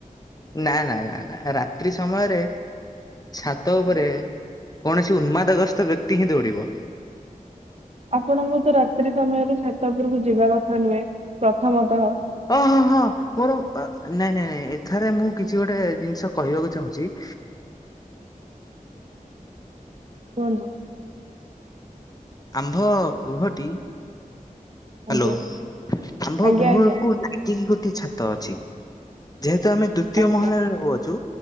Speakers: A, on the left; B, on the right.
A: ନା ନା ନା ନା ରାତ୍ରି ସମୟରେ ଛାତ ଉପରେ କୌଣସି ଉନ୍ମାଦ ଗ୍ରସ୍ତ ବ୍ୟକ୍ତି ହିଁ ଦୌଡ଼ିବ।
B: ଆପଣଙ୍କୁତ ରାତ୍ରି ସମୟରେ ଛାତ ଉପରକୁ ଯିବା କଥା ନୁହେଁ ପ୍ରଥମତଃ
A: ଓଃ ହଁ ହଁ। ମୋର ନାଇଁ ନାଇଁ ନାଇଁ ଏଠାରେ ମୁଁ କିଛି ଗୋଟେ ଜିନିଷ କହିବାକୁ ଚାହୁଁଛି
B: କୁହନ୍ତୁ।
A: ଆମ୍ଭ ଗୃହଟି
B: ଆଜ୍ଞା
A: ହାଲୋ ଆମ୍ଭ
B: ଆଜ୍ଞା
A: ଗୃହକୁ
B: ଆଜ୍ଞା
A: ନା ନାଗିକି ଗୋଟେ ଛାତ ଅଛି ଯେହେତୁ ଆମେ ଦ୍ଵିତୀୟ
B: ଆଜ୍ଞା
A: ମହଲାରେ ରହୁଅଛୁ